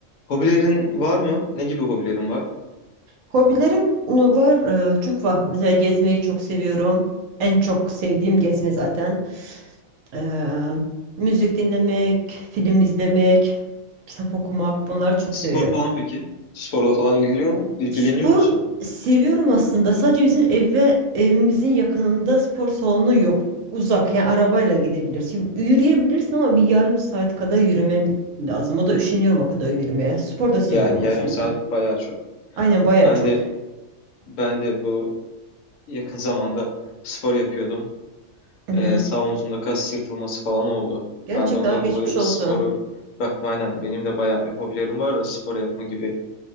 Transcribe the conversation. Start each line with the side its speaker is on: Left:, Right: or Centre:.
Left: Hobilerin var mı? Ne gibi hobilerin var?
Right: Hobilerim ıı, var, ıı, çok var. Mesela gezmeyi çok seviyorum. En çok sevdiğim gezme zaten. Ee, müzik dinlemek, film izlemek, kitap okumak bunları çok
Left: Spor
Right: severim.
Left: falan peki? Sporla falan ilgiliyor mu? İlgileniyor
Right: Spor
Left: musun?
Right: seviyorum aslında. Sadece bizim ev ve evimizin yakınında spor salonu yok. Uzak yani arabayla gidebilirsin. Yürüyebilirsin ama bir yarım saat kadar yürümen lazım. O da üşeniyorum o kadar yürümeye. Spor da seviyorum
Left: Yani yarım
Right: aslında.
Left: saat bayağı çok.
Right: Aynen bayağı
Left: Ben
Right: çok.
Left: de ben de bu yakın zamanda spor yapıyordum.
Right: Hı
Left: Ee,
Right: hı.
Left: sağ omzumda kas yırtılması falan oldu.
Right: Gerçekten
Left: Ben de ondan
Right: ay geçmiş
Left: dolayı
Right: olsun.
Left: sporu bıraktım aynen. Benim de bayağı bir hobilerim var da spor yapma gibi